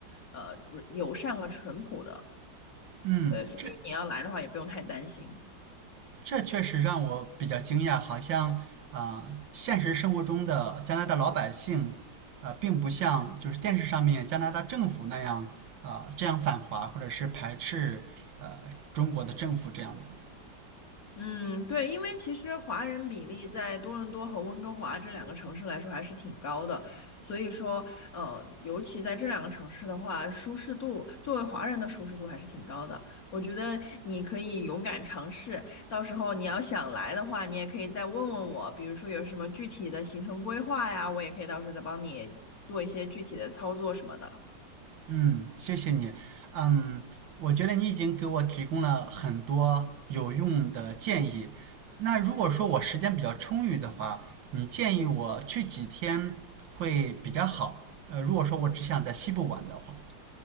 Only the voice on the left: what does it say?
呃，友善和淳朴的。
对，所以你要来的话也不用太担心。
嗯，对，因为其实华人比例在多伦多和温哥华这两个城市来说还是挺高的，所以说，嗯，尤其在这两个城市的话，舒适度作为华人的舒适度还是挺高的。我觉得你可以勇敢尝试，到时候你要想来的话，你也可以再问问我，比如说有什么具体的行程规划呀，我也可以到时候再帮你做一些具体的操作什么的。